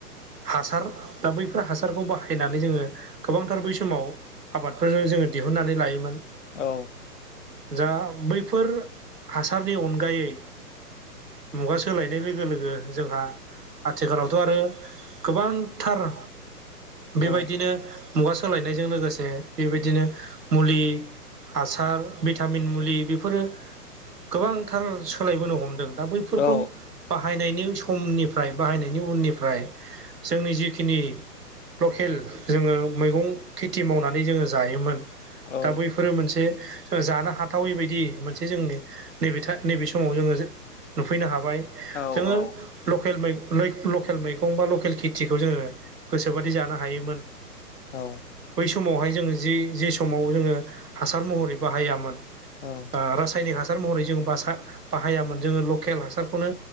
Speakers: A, on the right; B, on the left.
A: हासार दा बैफोर हासारखौ बाहाय फैनानै जोङो गोबांथार बै समाव आबादफोरजों जोङो दिहुननानै लायोमोन।
B: औ
A: जा बैफोर हासारनि अनगायै मुगा सोलायनाय लोगो लोगो जोंहा आथिखालावथ' आरो गोबांथार बेबायदिनो
B: औ
A: मुगा सोलायनायजों लोगोसे बेबायदिनो मुलि हासार भिटामिन मुलि बेफोरो गोबांथार सोलायबोनो हमदों। दा बैफोरखौ
B: औ
A: बाहायनायनि समनिफ्राय बाहायनायनि उननिफ्राय जोंनि जिखिनि लकेल जोङो मैगं खेथि मावनानै जोङो जायोमोन।
B: औ
A: दा बैफोरो मोनसे जानो हाथावै बायदि मोनसे जोंनि नैबे था नैबे समाव जोङो नुफैनो हाबाय।
B: औ
A: जोङो
B: औ
A: लकेल मै मै लकेल मैगं बा लकेल खेथिखौ जोङो गोसोबाद दि जानो हायोमोन।
B: औ
A: बै समावहाय जोङो जि जि समाव जोङो हासार महरै बाहायामोन।
B: औ
A: आ रासायनिक हासार महरै जों बासा बाहायामोन जोङो लकेल हासारखौनो